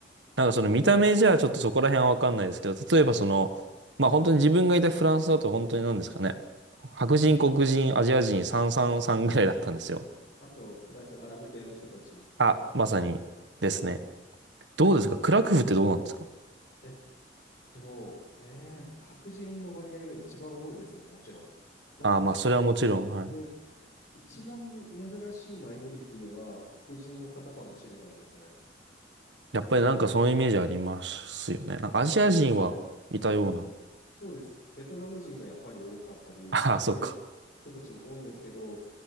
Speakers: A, on the right (about 85°); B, on the left (about 55°).
A: なんかその見た目じゃちょっとそこら辺はわかんないですけど、
B: うん。
A: 例えばその、まあ本当に自分がいたフランスだと本当に何ですかね。白人、黒人、アジア人、三三三ぐらいだったんですよ。
B: あと、プラスアラブ系の人たち。
A: あ、まさにですね。
B: はい。
A: どうですかクラクフってどうなんですか
B: えっと、えー、白人の割合が一番多いですね、もちろん。なんです。
A: ああー、まあ、それはもちろん、はい。
B: で、一番珍しいマイノリティは黒人の方かもしれないですね。
A: やっぱりなんかそのイメージありますよね。なんかアジア人はいたような。
B: そうですね。あじ、そうです。ベトナム人がやっぱり多かったり、
A: ああ、
B: そういう人たちも多いんですけど、
A: そうか。